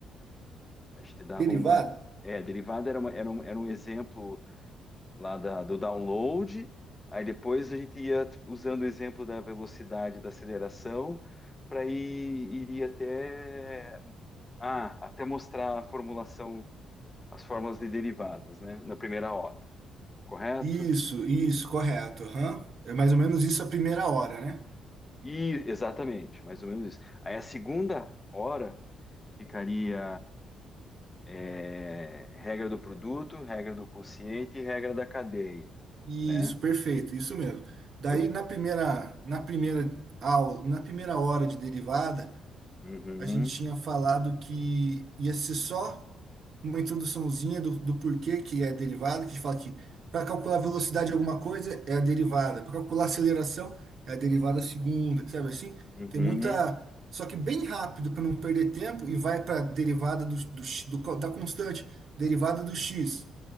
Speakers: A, on the left; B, on the right.
A: A gente dava
B: Derivada?
A: uma. É, derivada era, uma- era, um, era um exemplo lá da, do download, aí depois a gente ia usando o exemplo da velocidade da aceleração para ir iria até ah, até mostrar a formulação, as fórmulas de derivadas, né, na primeira hora, correto?
B: Isso, isso, correto. aham. É mais ou menos isso a primeira hora, né?
A: E exatamente, mais ou menos isso. Aí a segunda hora ficaria é, regra do produto, regra do quociente e regra da cadeia,
B: Isso,
A: né?
B: perfeito, isso mesmo. Daí
A: Eu...
B: na primeira, na primeira aula, na primeira hora de derivada,
A: Uhum,
B: a gente tinha falado que ia ser só uma introduçãozinha do, do porquê que é derivada, que fala que para calcular a velocidade de alguma coisa é a derivada, para calcular a aceleração é a derivada segunda, sabe assim?
A: uhum.
B: Tem muita. Só que bem rápido para não perder tempo e vai para derivada do, do, x- do co- da constante, derivada do x,